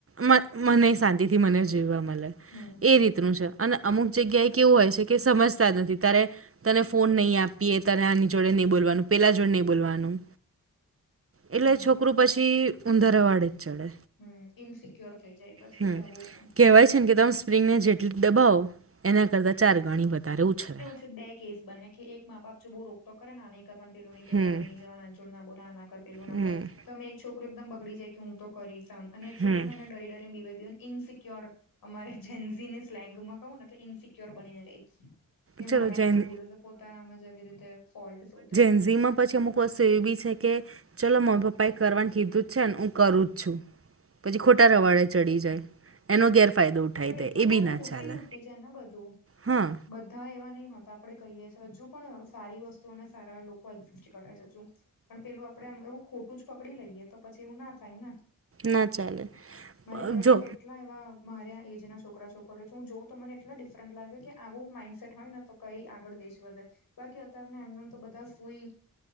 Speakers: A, on the right; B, on the left.
A: મન મનેય શાંતિથી મને જીવવા મલે.
B: હમ્મ.
A: એ રીતનું છે અને અમુક જગ્યાએ કેવું હોય છે કે સમજતા જ નથી ત્યારે તને ફોન નહીં આપીએ તને આની જોડે નહીં બોલવાનું પેલા જોડે નહીં બોલવાનું. એટલે
B: હમ
A: છોકરું પછી ઊંધા રવાળે જ ચડે.
B: હમ્મ ઇનસિક્યોર થઇ જાય. પછી
A: હમ્મ
B: કે આવું કેમ
A: કહેવાય છે ને કે તમે સ્પ્રિંગને જેટલી દબાવો એના કરતાં ચાર ગણી વધારે ઉછળે.
B: તો બે કેસ બને કે એક મા બાપ જો બહુ રોક ટોક કરેને આ નહીં કરવાનું પેલુંની પહેરવા
A: હમ
B: નઈની જવા આન જોડ ના બોલા આ નાક કર પેલું ના
A: હમ
B: કર તો અમે એક છોકરો એકદમ બગડી જાય કે હું તો કરીશ આમ અને એક
A: હમ.
B: છોકરું હેને ડરી ડરીને બીવે બિવે ઇનસિક્યોર અમારે જૈનજીની સ્લેંગમાં. કહું ને તો ઇનસિક્યોર બનીને રહેજ. કે
A: ચલો
B: મારામાં
A: જેન
B: શું બોલે છે પોતાનામાં જ આવી રીતે ફોલ્ટ શોધે.
A: જીમા પછી મુ, વસ્તુ એ બી છે કે ચલો મારી પપ્પા એ કરવાનું કીધું જ છે ને હું કરું છું. પછી ખોટા રવાડે ચડી જાય. એનો ગેરફાયદો ઉઠાવી
B: બટ
A: દે
B: એતો
A: એ બી
B: કઉ છું
A: ના
B: ફિફ્ટી
A: ચાલે
B: ફિફ્ટી છે ને બધું
A: હા.
B: બધ ધા એવા નહી હોતા આપડે કહીએ છીએ હજુ પણ સારી વસ્તુઓને સારા લોકો એક્ઝિસ્ટ કરે છે હજુ, પણ પેલું આપડે ખોટું જ પકડી લઈએ તો પછી એવું ના થાય ને,
A: ના ચાલે,
B: મારી કોલેજમાં
A: જો
B: કેટલા એવા મારયા એજના છોકરા છોકરીઓ છે હું જોઉં તો મને એટલા ડિફરન્ટ લાગે કે, આવું માઇન્ડસેટ હોય ને તો કઈ આગળ દેશ વધે બાકી અત્યારને એમને તો બધા સુઈ,